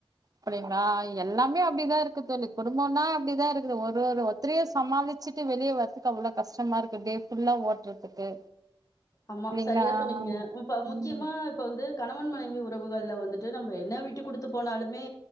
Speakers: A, on the right (about 40°); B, on the left (about 35°).
A: அப்படிங்களா எல்லாமே அப்படிதான் இருக்கு தோலி குடும்பொனா அப்டிதான் இருக்குது ஒரு ஒருத்தரைய சமாளிச்சுட்டு வெளியே வரதுக்கு அவ்வளவு கஷ்டமா இருக்கு டே புல்லா ஓட்டுறதுக்கு
B: ஆமா
A: இல்லைங்களா
B: சரியா சொன்னீங்க இப்ப முக்கியமா
A: ம்
B: இப்ப வந்துட கணவன் மனைவி உறவுகள்ல வந்துட்டு நம்ம என்ன விட்டு கொடுத்து போனாலுமே